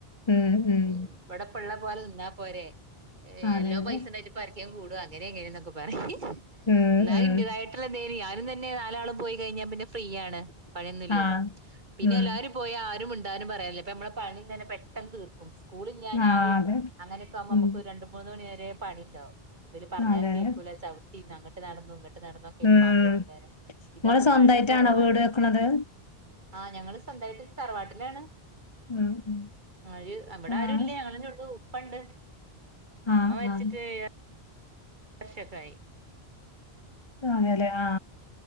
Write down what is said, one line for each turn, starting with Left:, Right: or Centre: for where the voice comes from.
Left: ഉം ഉം
Right: ഇവിടെപ്പള്ള പോലെ നിന്നാ പോരെ
Left: അതെ
Right: നല്ലോം
Left: അതെ
Right: പൈസ ണ്ടായിട്ട് പര കൂടും അങ്ങനെ ഇങ്ങനന്നൊക്കെ പറിം
Left: ഉം
Right: എന്നാലും
Left: ഉം
Right: ഇന്റേതായിട്ടുള്ള എന്തും ഇൻക്കും തന്നെ നാളും പോയി കഴിഞ്ഞാ പിന്നെ ഫ്രീ ആണ് പണിയൊന്നല്ലോ
Left: ആഹ്
Right: പിന്നെ
Left: ഉം
Right: എല്ലാവും പോയാൽ ആരും മിണ്ടാ വർത്താനം പറയാനില്ല അപ്പൊ നമ്മളെ പണിം തന്നെ പെട്ടന്ന് തീർക്കും സ്കൂളില്ലാഞ്ഞാലും
Left: ആഹ് അതെ
Right: അങ്ങനെയൊക്കെ ആകുമ്പോ
Left: ഉം
Right: നമുക്ക് രണ്ടു മൂന്ന് മണി വരെ പണിണ്ടാവും ഇവര് പറഞ്ഞാലും
Left: അതെ
Right: കേൾക്കൂല
Left: അതെ
Right: ചവിട്ടി അങ്ങട്ട് നടന്നു ഇങ്ങട്ട് ന നടന്നതൊക്കെ
Left: ഉം
Right: പണില്ലേക്കാരം ഇതാവുമ്പോ
Left: ഇങ്ങള് സ്വന്തായിട്ടാണോ
Right: പണിം കുറവാണ്
Left: വീട് വെക്കണത്
Right: ആ ഞങ്ങള് സ്വന്തായിട്ട് തറവാട്ടിലാണ്
Left: ഉം ഉം
Right: അ അവിടെ ആരും
Left: ആഹ്
Right: ഇല്ല ഞങ്ങളെന്നുള്ളു ഉപ്പ ഉണ്ട്
Left: ആഹ്
Right: ഉമ്മ മരിച്ചിട്ട്
Left: ആഹ്
Right: എ വർഷക്കായി
Left: ഇത് വാങ്ങല്ലേ ആ